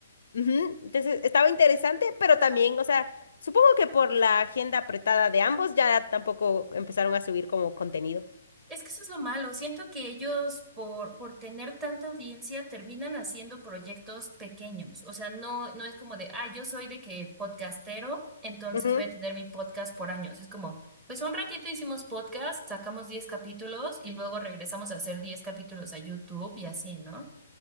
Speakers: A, on the left; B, on the right.
A: Ujú, Entonces estaba interesante, pero también, o sea, supongo que por la agenda apretada de ambos ya tampoco empezaron a subir como contenido.
B: Es que eso es lo malo. Siento que ellos, por, por tener tanta audiencia, terminan haciendo proyectos pequeños. O sea, no, no es como de, ah, yo soy de que podcastero, entonces
A: Ujú,
B: voy a tener mi podcast por años. Es como, pues un ratito hicimos podcast, sacamos 10 capítulos y luego regresamos a hacer 10 capítulos a YouTube y así, ¿no?